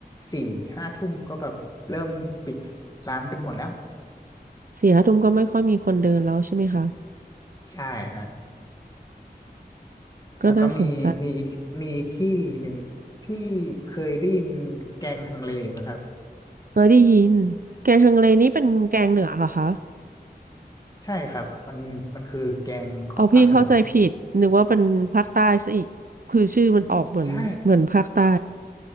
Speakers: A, on the left (about 20°); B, on the right (about 55°).
A: สี่ห้าทุ่มก็แบบเริ่มปิดร้านกันหมดแล้ว
B: สี่ห้าทุ่มก็ไม่ค่อยมีคนเดินแล้วใช่ไหมคะ
A: ใช่ฮะ
B: ก็น่าสนใจ
A: แล้วก็มีมีอีกมีอีกที่หนึ่งพี่เคยได้ยินแกงฮังเลไหมครับ
B: เคยได้ยินแกงฮังเลนี่เป็นแกงเหนือเหรอคะ
A: ใช่ครับมันมันคือแกงของภาคเหนือ
B: เอาพี่เข้าใจผิดนึกว่าเป็นภาคใต้ซะอีกคือชื่อมันออกเหมือนเหมือนภาคใต้
A: ใช่